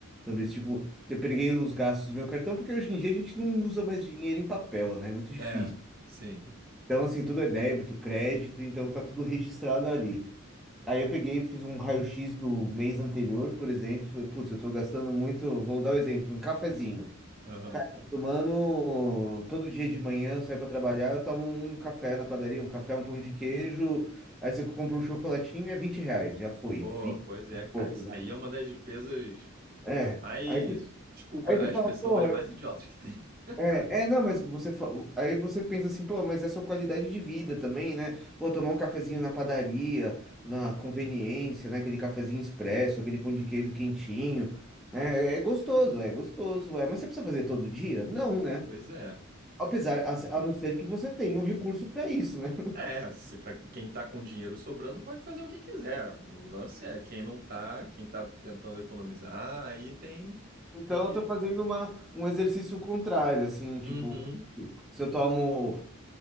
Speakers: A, in the centre; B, on the right.
A: sobre isso. Tipo, eu peguei os gastos do meu cartão, porque hoje em dia a gente não usa mais dinheiro em papel, né? É muito difícil.
B: É, sim. <laughs>
A: Então, assim, tudo é débito, crédito, então tá tudo registrado ali. Aí eu peguei, fiz um raio-x do mês anterior, por exemplo. Falei, putz, eu tô gastando muito. Vamos dar um exemplo: um cafezinho.
B: Aham.
A: Cara, eu tô tomando todo dia de manhã, eu saio pra trabalhar, eu tomo um café na padaria, um café, um pão de queijo. Aí você compra um chocolatinho, é 20 reais. Já foi,
B: Pô,
A: 20
B: pois é,
A: e
B: cara.
A: pouco.
B: Isso aí é uma das despesas
A: É.
B: mais.
A: Aí você,
B: Desculpa
A: aí você
B: a expressão,
A: fala, porra,
B: mas mais idiotas que tem. <laughs>
A: É, é, não, mas você fa- aí você pensa assim, pô, mas é sua qualidade de vida também, né? Pô, tomar um cafezinho na padaria, na conveniência, né? Aquele cafezinho expresso, aquele pão de queijo quentinho, né? É é gostoso, é gostoso, é. Mas você precisa fazer todo dia? Não, né?
B: Pois é.
A: Apesar,
B: Pois
A: a,
B: é.
A: a não ser que você tenha um recurso para isso, né? <laughs>
B: É, se para quem tá com dinheiro sobrando pode fazer o que quiser. O lance é quem não tá, quem tá tentando economizar, aí tem
A: Então
B: tem que
A: eu tô fazendo uma, um exercício contrário, assim, tipo,
B: Uhum.
A: se eu tomo